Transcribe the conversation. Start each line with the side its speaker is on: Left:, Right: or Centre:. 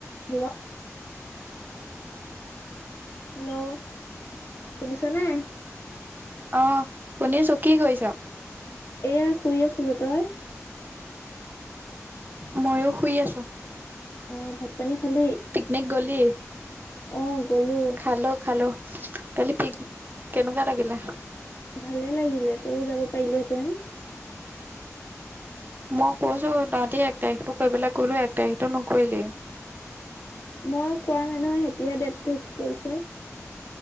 Left: Hello?
Right: <inaudible>
Left: Hello শুনিছ নে?
Right: অহ, শুনি আছোঁ কি কৰিছা?
Left: এয়া শুই আছিলো তই?
Right: মইও শুই আছো।
Left: অ ভাত - পানী খালি?
Right: নে গ'লি?
Left: অ গ'লো।
Right: খালো খালো কালি পিক কেনেকুৱা লাগিলে খা
Left: ভালে লাগিলে, তইও যাব পাৰিলেহেতেন!
Right: মই কৈছোঁ, তহঁতে এক তাৰিখটো কৰিবলৈ ক'লোঁ এক তাৰিখটো নকৰিলে।
Left: মই কোৱা নাই নহয় তেহেটিহে ডেট ফিক্স কৰিছে।